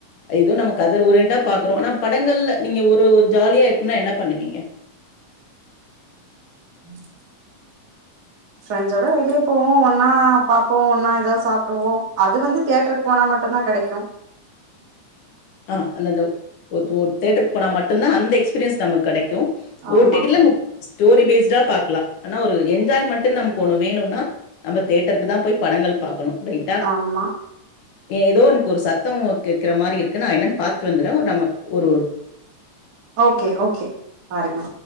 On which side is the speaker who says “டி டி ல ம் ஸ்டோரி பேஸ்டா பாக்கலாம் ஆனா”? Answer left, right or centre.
Left